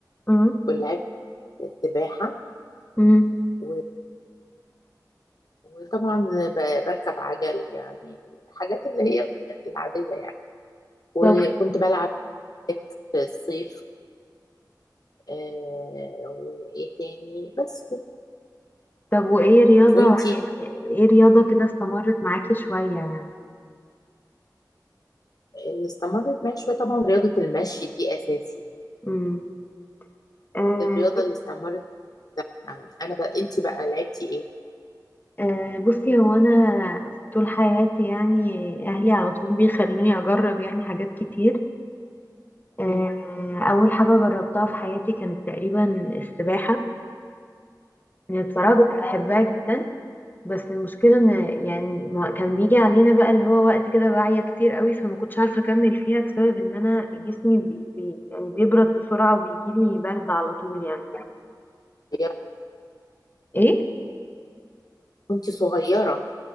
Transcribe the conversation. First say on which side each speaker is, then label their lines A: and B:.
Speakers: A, on the left; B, on the left.
A: امم
B: ولعبت سباحة
A: امم
B: و- وطبعا ب- بركب عجل يعني الحاجات اللي هي العادية يعني وكنت
A: طب
B: بلعب باك في الصيف آه، وإيه تاني بس كده
A: طب وإيه رياضة
B: وإنتي
A: يعني إيه رياضة كده استمرت معاكي شوية يعني
B: اللي استمرت معايا شوية طبعا رياضة المشي دي أساسي يعني.
A: امم آه
B: الرياضة اللي استمرت يعني أنا بقى إنتي بقى لعبتي إيه؟
A: آه بصي هو أنا طول حياتي يعني أهلي على طول بيخلوني أجرب يعني حاجات كتير آه
B: مم.
A: أول حاجة جربتها في حياتي كانت تقريبا السباحة يعني بصراحة
B: اه
A: كنت بحبها جدا بس المشكلة ان يعني ما- كان بيجي علينا بقى اللي هو وقت كده واعية كتير قوي فما كنتش عارفة اكمل فيها بسبب ان انا جسمي بي بي يعني بيبرد بسرعة وبيجيلي برد على طول يعني
B: هي
A: ايه
B: كنت صغيرة